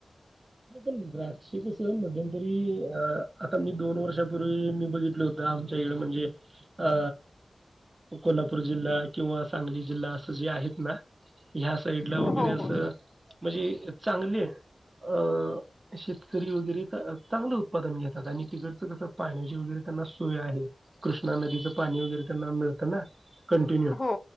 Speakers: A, on the right; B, on the left.
A: पण द्राक्ष कसं मध्यंतरी अ आता मी दोन वर्षापूर्वी मी बघितल होतं आमच्या इडे म्हणजे अ कोल्हापूर जिल्हा किंवा सांगली जिल्हा असं जे आहेत ना ह्या साईड ला
B: हो
A: वगैरे असं
B: हो
A: म्हणजे चांगलेय. अ शेतकरी वगैरे चांगलं उत्पादन घेतात आणि तिकडचं कसं पाण्याची वगैरे त्यांना सोय आहे कृष्णा नदीचं पाणी वगैरे त्यांना मिळतं ना. कंटिन्यू
B: हो